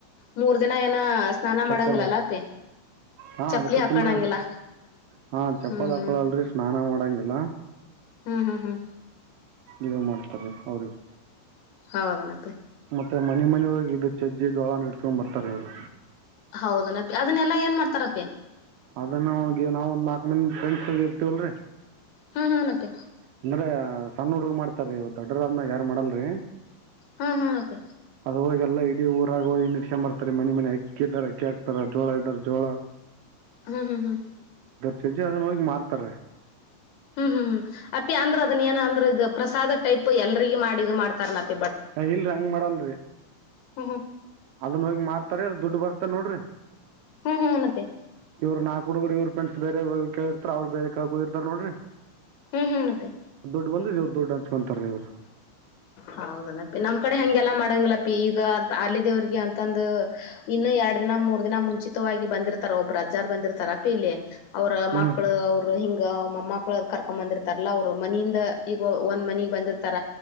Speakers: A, on the left; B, on the right.
A: ಮೂರ್ ದಿನ ಏನ ಸ್ನಾನ
B: ಚಪ್ಪಲ್
A: ಮಾಡಂಗಿಲ್ಲಲ್ಲಪಿ
B: ಹಾ
A: ಚಪ್ಲಿ
B: ಅದು ಕಟ್ಟ
A: ಹಾಕಣಂಗಿಲ್ಲ
B: ಹಾ ಚಪ್ಪಲ್
A: ಹ್ಮ್
B: ಹಾಕೊಳಲ್ರಿ
A: ಹ್ಮ್
B: ಸ್ನಾನ ಮಾಡಂಗಿಲ್ಲ
A: ಹ್ಮ್ ಹ್ಮ್ ಹ್ಮ್
B: ಇವ ಮಾಡ್ತಾರೆ ಅವ್ರ
A: ಹೌದನಪ್ಪೆ
B: ಮತ್ತ ಮನೆ ಮನೊಳಗೆ ಇದು ಚಜ್ಜಿ ಜೋಳ ನಡ್ಸ್ಕೊಂಡ್ ಬರ್ತಾರೆ ಅವರು
A: ಹೌದನಪಿ ಅದನ್ನೆಲ್ಲಾ ಏನ್ ಮಾಡ್ತಾರಪಿ
B: ಅದನ್ನು ನಾವ ಒಂದ ನಾಲ್ಕ ಮಂದ ಫ್ರೆಂಡ್ಸ್ ಇರ್ತವಲ್ರರಿ
A: ಹ್ಮ್ ಹಾ ಮತ್ತೆ
B: ಅಂದ್ರೆ ಸಣ್ಣ ಹುಡ್ಲ್ ಮಾಡ್ತಾರೀ ದೊಡ್ಡರ ಯಾರು ಮಾಡಲ್ರಿ
A: ಹಾ ಹಾ ಕೆ
B: ಅವಾಗಲ್ಲ ಇಡೀ ಊರಾಗ ನಿ ಮಾಡ್ತಾರೆ ಮನೆ ಮನೆ ಅಕ್ಕಿಾರ ಅಕ್ಕಿ ಹಾಕ್ತಾರ ಜೋಳ ಇದ್ದಾರೆ ಜೋಳ
A: ಹ್ಮ್ ಹ್ಮ್ ಹ್ಮ್
B: ಶಜೆ ಅದನ್ನ ಹೋಗಿ ಮಾರ್ತಾರ
A: ಹ್ಮ್ ಹ್ಮ್್ ಅಪಿ ಅಂದ್ರ ಅದನ್ ಏನ ಅಂದ್ರ ಇ ಪ್ರಸಾದ ಟೈಪ್ ಎಲ್ರಿಗ ಮಾಡಿಿದದು ಮಾಡ್ತಾರನಪ್ಪ
B: ಹ ಇಲ್ರಿ ಹಂಗ್ ಮಾಡಲ್ರಿ
A: ಹ್ಮ ಹ್ಮ
B: ಅದನ್ ಹೋಗಿ ಮಾರ್ತಾರ ದುಡ್ಡು ಬರ್ತ ನೋಡ್ರಿ
A: ಹ್ಮ್ ಹ್ಮ್ ನಪ್ಪಿ
B: ಇವ್ ನಾ ಹುಗರು ಇವ್ರ ಫ್ರೆಂಡ್ಸ್ ಬೇರೆ ಕೇಳಿರ್ತಾರ ಅವ್ರು ಬೇರೆ ಕೆಳಕ್ ಹೋಗಿರ್ತಾರ ನೋಡ್ರಿ
A: ಹ್ಮ್ ಹ್ಮ್ ಮತ್ತೆ
B: ಬಂದಿದ್ ಇವ್ರು ದೊಡ್ಡ ಅನ್ಚ್ಕೊಂತಾರೆ ಇವ್ರು
A: ಹೌದನಪ್ಪಿ ನಮ್ ಕಡೆ ಹೆಂಗೆ ಎಲ್ಲಾ ಮಾಡಂಗಿಲ್ಲಪಿ ಈಗ ಅಂತ ಅಲ್ಲಿ ದೇವ್ರಿಗೆ ಅಂತಂದು ಇನ್ನು ಯ ಎರಡ್ ದಿನ ಮೂರ್ ದಿನ ಮುಂಚಿತವಾಗಿ ಬಂದಿರ್ತಾರ ಒಬ್ರುಜಾರ್ ಬಂದಿರ್ತಾರಾ ಪಿ ಇಲ್ಲಿ ಅವ್ರ
B: ಹ್ಞೂ
A: ಮಕ್ಕಳು ಅವರು ಹಿಂಗ ಮಮ್ಮಕ್ಕಳು ಕರ್ಕೊ ಬಂದಿರ್ತಾರಲ್ಲ ಅವ್ರು ಮನಿಯಿಂದ ಈಗ ಒಂದ್ ಮನಗ್ ಬಂದಿರ್ತಾರ